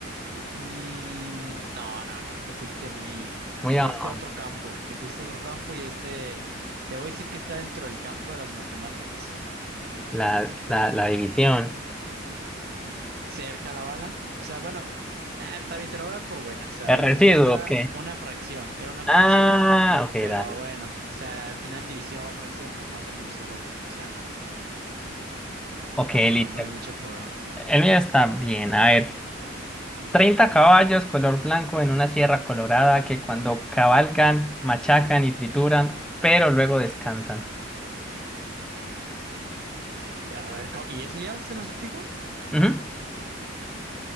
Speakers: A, on the right; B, in the centre.
A: Mm, no, no, no, te fuiste muy,
B: Muy
A: te
B: abajo.
A: fuiste a otro campo, te fuiste a otro campo y este, te voy a decir que está dentro del campo de las matemáticas.
B: La, la, la división.
A: Cerca la bala. O sea, bueno, ah, está bien, te la voy a dar por buena. O sea,
B: El
A: la
B: residuo,
A: respuesta era
B: ok.
A: una fracción, era una
B: Ah,
A: fracción,
B: ok,
A: pero
B: dale.
A: bueno, o sea, al final división o fracción, pues más o menos es lo mismo. O sea, no,
B: Ok, listo.
A: no, no hay mucho problema.
B: El mío está bien. A ver. 30 caballos color blanco en una sierra colorada que cuando cabalgan, machacan y trituran, pero luego descansan.
A: Y A ver, ¿cómo- ¿y ese ya se lo acertijo?
B: Ujú.